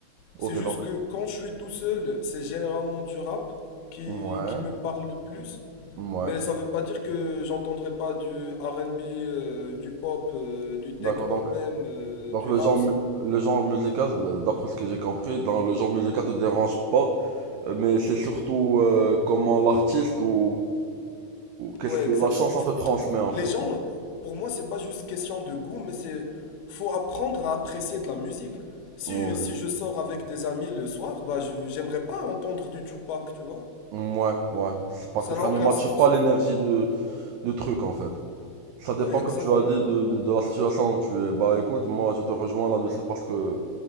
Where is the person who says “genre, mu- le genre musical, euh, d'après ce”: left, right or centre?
Right